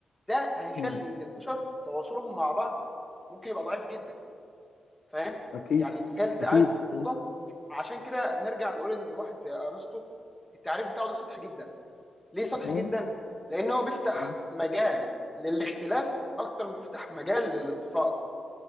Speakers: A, in the centre; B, on the left (about 65°).
A: ده هيخلي
B: مم.
A: ان البشر تواصلهم مع بعض ممكن يبقى ضعيف جدا فاهم
B: اكيد
A: يعني تخيل انت
B: اكيد
A: قاعد في اوضه
B: مم.
A: في- عشان كده نرجع نقول ان واحد زي ارسطو التعريف بتاعه ده سطحي جدا ليه سطحي
B: مم.
A: جدا لان هو بيفتح
B: مم.
A: مجال للاختلاف اكتر ما بيفتح مجال للاتفاق